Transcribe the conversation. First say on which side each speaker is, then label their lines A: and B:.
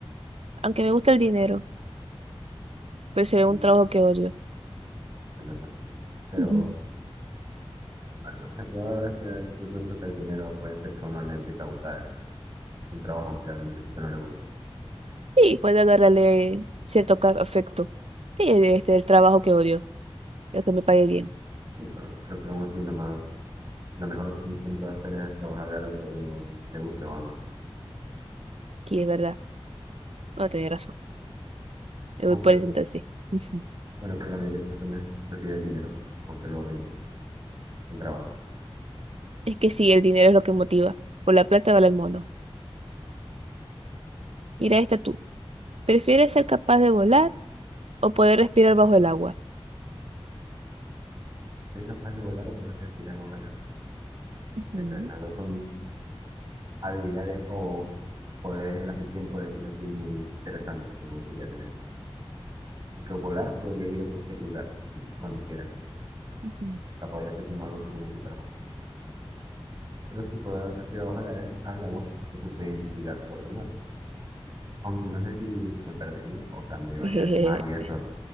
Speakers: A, on the right; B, on the right.
A: Aunque me gusta el dinero, pero sería
B: Sí,
A: un trabajo que odio.
B: se nota. Pero,
A: Ujú.
B: bueno, no sé, yo la verdad es que yo pienso que el dinero puede ser que a uno le empiece a gustar un trabajo aunque al principio no le guste.
A: Sí, puede agarrarle cierto ca- afecto. Sí, este es el trabajo que odio, el que me pague bien,
B: Sí, pero creo que aún así lo más la mejor opción siempre va a ser es trabajar de algo que a uno le guste o ama.
A: que es verdad. No, tenía razón. Me voy
B: Aunque,
A: por ese entonces. Ujú.
B: bueno, pero la mayoría de personas prefieren el dinero, aunque lo odien, el trabajo.
A: Es que sí, el dinero es lo que motiva. Por la plata vale el mono. Mira esta tú. ¿Prefieres ser capaz de volar o poder respirar bajo el agua.
B: Ser capaz de volar o poder respirar bajo el agua.
A: Ujú,
B: Estas- Las dos son habilidades o poderes de la ficción, por decirlo así, muy interesantes que me gustaría tener. Porque volar podría ir a cualquier lugar, si, cuando quiera.
A: ujú.
B: O sea, podría ser como algo así como Superman. Pero si poder respirar bajo el área- al agua, no se puede investigar todo el mar. Aunque no sé si me perdería, o sea, me llevaría
A: <laughs>
B: al mar y eso.